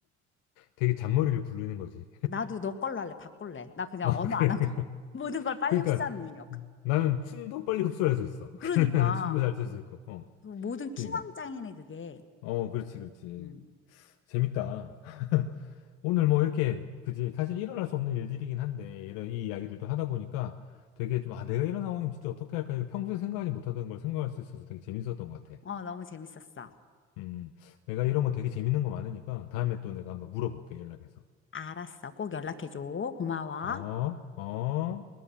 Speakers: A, on the left; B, on the left.
A: 되게 잔머리를 굴리는 거지.
B: 나도 너 걸로 할래. 바꿀래. 나 그냥
A: <laughs> 아,
B: 언어
A: 그래.
B: 안 하고 <laughs> 모든 걸 빨리
A: 그러니까
B: 흡수하는 능력.
A: 나는 춤도 빨리 흡수할 수 있어.
B: 그러니까.
A: <laughs> 춤도 잘 출 수 있고. 어.
B: 그 모든 킹왕짱이네,
A: 그러니까.
B: 그게.
A: 어, 그렇지, 그렇지.
B: 음.
A: 재밌다. <laughs> 오늘 뭐 이렇게, 그지? 사실 일어날 수 없는 일들이긴 한데, 이런 이 이야기들도 하다 보니까 되게 좀, 아, 내가 이런 상황이면 진짜 어떻게 할까? 이거 평소에 생각하지 못하던 걸 생각할 수 있어서 되게 재밌었던 것 같아.
B: 어, 너무 재밌었어.
A: 음, 내가 이런 거 되게 재밌는 거 많으니까 다음에 또 내가 한번 물어볼게, 연락해서.
B: 알았어. 꼭 연락해줘. 고마워.
A: 어, 어.